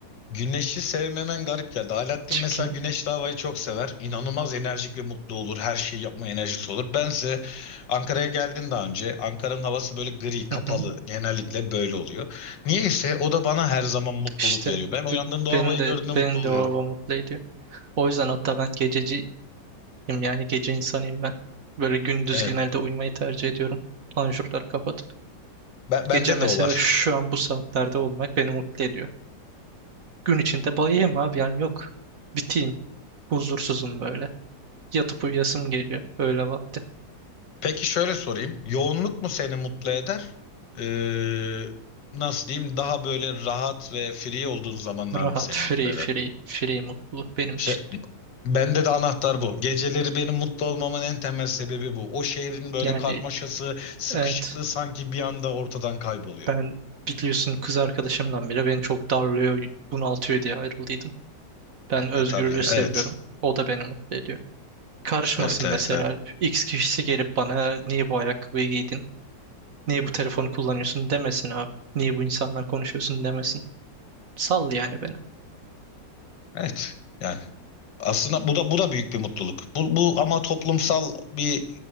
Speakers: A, on the left (about 75°); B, on the right (about 55°).
A: Güneşi sevmemen garip geldi. Alaaddin
B: Çıkayım.
A: mesela güneşli havayı çok sever. İnanılmaz enerjik ve mutlu olur. Her şeyi yapma enerjisi olur. Bense Ankara'ya geldin daha önce. Ankara'nın havası böyle gri, kapalı.
B: Hı hı.
A: Genellikle böyle oluyor. Niyeyse o da bana her zaman mutluluk
B: İşte
A: veriyor. Ben uyandığımda
B: b-
A: o
B: beni
A: havayı
B: de
A: gördüğümde mutlu
B: beni de
A: oluyorum.
B: o hava mutlu ediyor. O yüzden hatta ben gececi Yani gece insanıyım ben. Böyle gündüz
A: Evet.
B: genelde uyumayı tercih ediyorum. Panjurları kapatıp.
A: Ben, bende
B: Gece mesela
A: de o var.
B: şu an bu saatlerde olmak beni mutlu ediyor. Gün içinde bayayım abi yani yok. Biteyim. Huzursuzum böyle. Yatıp uyuyasım geliyor. Öyle vakti.
A: Peki şöyle sorayım. Yoğunluk mu seni mutlu eder? Ee, nasıl diyeyim? Daha böyle rahat ve free olduğun zamanlar
B: Rahat,
A: mı seni
B: free,
A: mutlu eder?
B: free, free mutluluk benim için.
A: Şey, bende de anahtar bu. Geceleri benim mutlu olmamın en temel sebebi bu. O şehrin böyle
B: Yani
A: karmaşası, sıkışıklığı
B: evet
A: sanki bir anda ortadan kayboluyor.
B: ben biliyorsun kız arkadaşımdan bile beni çok darlıyor, bunaltıyor diye ayrıldıydım. Ben özgürlüğü
A: E tabii,
B: seviyorum.
A: evet.
B: O da beni mutlu ediyor. Karışmasın
A: Evet, evet,
B: mesela.
A: evet.
B: X kişisi gelip bana niye bu ayakkabıyı giydin? Niye bu telefonu kullanıyorsun demesin abi. Niye bu insanla konuşuyorsun demesin. Sal yani beni.
A: Evet. Yani aslında bu da bu da büyük bir mutluluk. Bu bu ama toplumsal bir